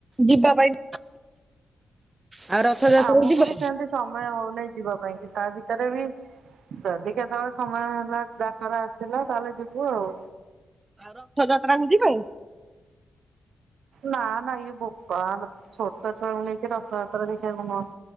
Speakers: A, on the right (about 20°); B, on the right (about 85°).
A: ଯିବା ପାଇଁ। ଆଉ ରଥଯାତ୍ରାକୁ
B: ଆମକୁ
A: ଯିବେ
B: ବି ସେମତି ସମୟ ହଉନାହିଁ ଯିବା ପାଇଁ କି ତା ଭିତରେ ବି ଯଦି କେତେବେଳେ ସମୟ ହେଲା ଡାକରା ଆସିଲା ତାହେଲେ ଯିବୁ ଆଉ।
A: ଆଉ ରଥଯାତ୍ରା କୁ ଯିବେ।
B: ନା ନା ଇଏ ବୋପାଲୋ ଛୋଟା ଛୁଆ କୁ ନେଇ କି ରଥଯାତ୍ରା ଦେଖିବାକୁ ନୁହଁ।